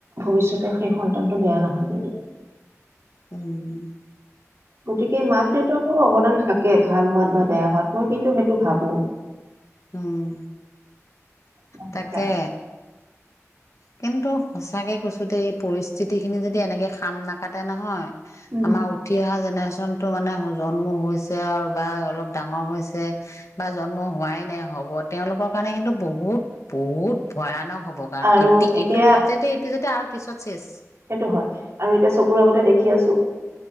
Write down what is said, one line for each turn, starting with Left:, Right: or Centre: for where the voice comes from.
Right: ভৱিষ্যতে শেষ সন্তানটো বেয়া নহয় কিন্তু।
Left: উম।
Right: গতিকে মাক দেউতাকৰো অৱদান থাকে ভাল হোৱাত বা বেয়া হোৱাত মই কিন্তু সেইটো ভাবো।
Left: উম।
Right: গম পাইছা
Left: তাকে। কিন্তু। সঁচাকে কৈছো দে এই পৰিস্থিত। গোটেইখিনি যদি এনেকৈ খাম নাকাটে নহয়।
Right: উম
Left: আমাৰ উঠি অহা যেনে। চনটো মানে জন্ম হৈছে আৰু বা অলপ ডাঙৰ হৈছে বা জন্ম হোৱাই নাই হ'ব তেওঁলোকৰ কাৰণে কিন্তু বহুত বহুত ভয়ানক হ'ব কাৰণ,
Right: আৰু
Left: এতি
Right: এতিয়া
Left: এইটো পৰ্যায়তে এইটো যেতিয়া আ পিছত চেচ
Right: সেইটো হয়, আৰু এতিয়া চকুৰ আগতে দেখি আছো